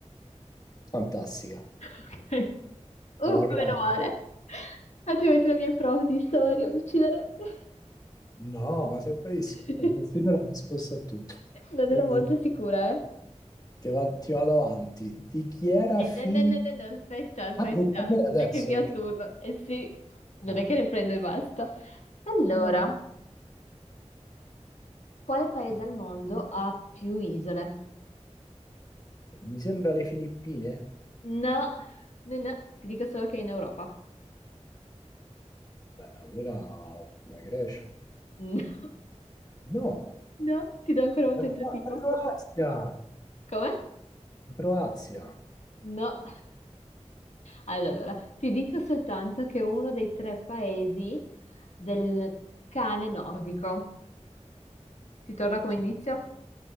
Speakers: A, on the left (about 30°); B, on the left (about 70°).
A: Fantastica.
B: Ok. Uh,
A: Alla grande.
B: meno male. Altrimenti la mia prof di storia mi ucciderebbe.
A: No, ma sei bravissimo.
B: <laughs>
A: guarda, Finora hai risposto a tutto.
B: Non
A: Eh,
B: ero molto sicura, eh?
A: Ti va- ti vado avanti. Di chi era
B: Eh,
A: figlio?
B: no, no, no, no, no, aspetta, aspetta.
A: Ah, tocca a me adesso.
B: è Anche il mio
A: Che-
B: turno. Eh sì, non
A: ah,
B: è che ne prendo e basta. Allora,
A: ah,
B: quale paese
A: no.
B: al mondo ha più isole?
A: Mi sembra le Filippine.
B: No, no, no, ti dico solo che è in Europa.
A: Beh, allora la Grecia.
B: No. <laughs>
A: No.
B: No, ti do ancora un
A: La
B: tentativo.
A: Cro- la Croazia,
B: Come?
A: la Croazia.
B: No. Allora, ti dico soltanto che è uno dei tre paesi del cane nordico. Ti torna come
A: Cioè,
B: indizio?